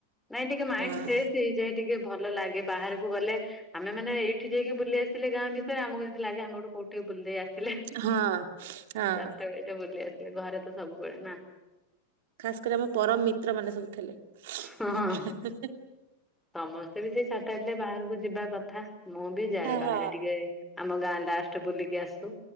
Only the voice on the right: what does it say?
ହଁ।
ହଁ ହଁ
ଖାସ୍ କରି ଆମ ପରମ ମିତ୍ର ମାନେ ସବୁ ଥିଲେ।
ହେଁ ହେଁ ହେଁ।
ହଁ